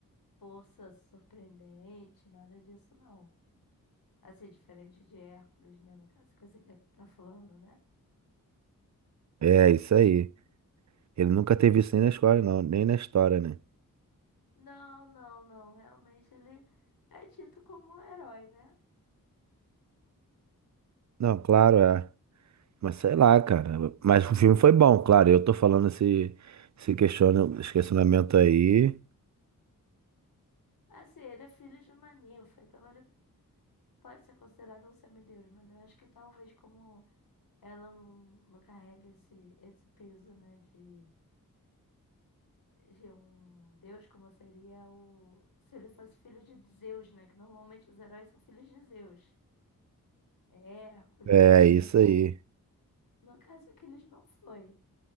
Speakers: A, on the left; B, on the right.
A: força surpreendente, nada disso não. Assim, diferente de Hércules, né, no caso que você quer- tá falando, né?
B: É, isso aí. Ele nunca teve isso nem na escola, não, nem na história, né?
A: Não, não, não. Realmente ele é tido como um herói, né?
B: Não, claro, é. Mas sei lá, cara. Mas o filme foi bom, claro. Eu tô falando esse, esse questiona- esse questionamento aí.
A: Assim, ele é filho de uma ninfa, então ele pode ser considerado um semideus, mas eu acho que talvez como ela não, não carrega esse, esse peso, né, de, de um deus, como seria o... se ele fosse filho de Zeus, né, que normalmente os heróis são filhos de Zeus, é Hércules
B: É
A: e por
B: isso
A: aí vai.
B: aí.
A: No caso, Aquiles não foi,